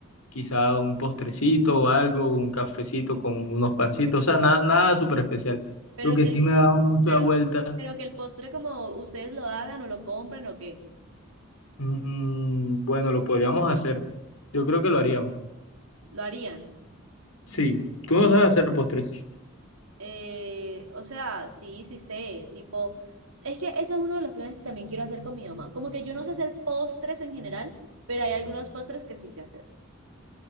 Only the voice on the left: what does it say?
quizá un postrecito o algo, un cafecito con unos pancitos, o sea, nada, nada súper especial.
Lo que
sí me ha dado mucha
vuelta,
mm, bueno, lo podríamos hacer. Yo creo que lo haríamos.
Sí, tú no sabes hacer postres.